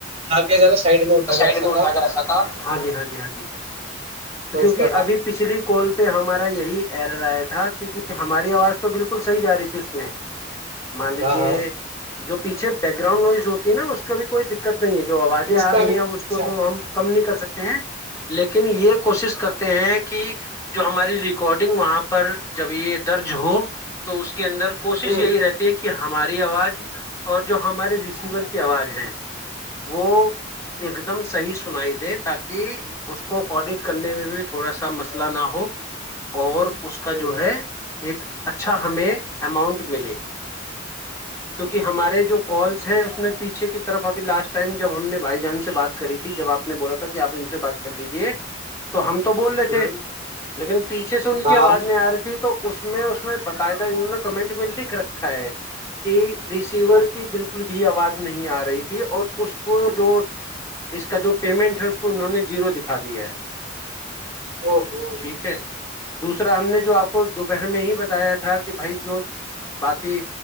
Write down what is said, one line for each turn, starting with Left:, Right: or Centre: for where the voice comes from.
Right: آا سائڈ میں اٹھا
Left: سائڈ
Right: کے رکھا
Left: میں اٹھا
Right: تھا
Left: کے رکھا تھا ہاں جی ہاں جی ہاں جی
Right: تو
Left: کیونکہ
Right: اس کو ہٹا
Left: ابھی پچھلی کوال پ پہ ہمارا یہی ایر رہا تھا کیکہ ہماری آواز تو بالکل صحیح جا رہی تھی اس میں مان لیجے
Right: ہاں ہاں
Left: جو پیھے بیک گراؤنڈ نوز ہوتی ن اس بھی کوئی دقت نہیں ہے جو آوازیں
Right: اس
Left: آ
Right: کا
Left: رہی
Right: بھی
Left: ہیں
Right: اچھا
Left: ا اس کو تو ہم کم نہیں کر سکتے ہیں لیکن یہ کوشش کرتے ہیں کہ جو ہماری ریکارڈنگ وہاں پر جب یہ درج ہو تو اس کے کے اندر کوشش
Right: ہوں
Left: یہی رہتی ہے کہ ہماری آواز اور جو ہمارے ریسیور کی آواز ہے وہ ایک دم صحیح سنائی دیں تاکہ اس کو آڈیٹ کرنے میں بھی تھوڑا سا مسئلہ نہ ہو اور اس کا
Right: ہوں
Left: جو ہے ایک اچھا ہمیں اماؤنٹ ملے کیونکہ ہمارے جو کالس ہیں اس میں پیچھے کتنے طرف ابھی لاسٹ ٹائم جب ہم نے بھائی جان سے بات کری تھی جب آپ نے بولا تھا کہ آپ ان سے بات کر لیجیے ہم تو بول رہے
Right: ہوں
Left: تھے لیکن پیچھے سے ان کی
Right: بالکل
Left: آواز
Right: بالکل صحیح بات۔ ہوں، ہاں
Left: نہیں آ رہی تھی تو اس میں اس میں باقاعدہ انہوں نے کمنٹ میں لکھ رکھا ہے کہ ریسیور
Right: ہاں
Left: کی بالکل بھی آواز نہیں آ رہی تھی اور اس کو جو اس کا جو پیمنٹ ہے اس کو انہوں نے زیرو دکھا دیا ہے
Right: او ہو
Left: ٹھیک ہے دوسرا ہم نے جو آپ کو دوپہر میں ہی بتایا تھا کہ بھائی جو باقی